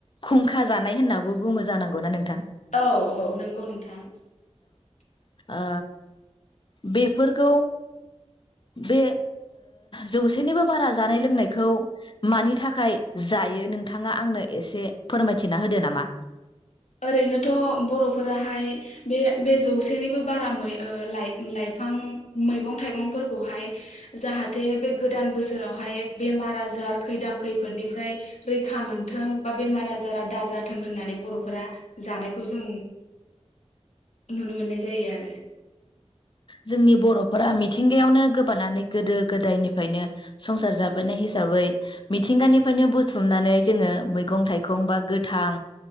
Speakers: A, on the left; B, on the left.
A: खुंखा जानाय होननाबो बुङो जानांगौ ना नोंथां
B: औ औ नंगौ नोंथां
A: ओ बेफोरखौ बे जौसेनिबो बारा जा जानाय लोंनायखौ मानि थाखाय जायो नोंथाङा आंनो एसे फोरमायथिना होदो नामा
B: ओरैनोथ बर'फोराहाय बे बे जौसेनिबो बाराै लाइफां मैगं थाइगंफोरखौहाय जाहाथे बे गोदान बोसोरावहाय बेमार आजार खैदां खैफोदनिफ्राय रैखा मोनथों बा बेमार आजारा दाजाथों होननानै बर'फोरा जानायखौ जों नुनो मोननाय जायो आरो
A: जोंनि बर'फोरा मिथिंगायावनो गोबानानै गोदो गोदायनिफ्रायनो संसार जाबोनाय हिसाबै मिथिंगानिफ्रायनो बुथुमनानै जोङो मैगं थाइगं बा गोथां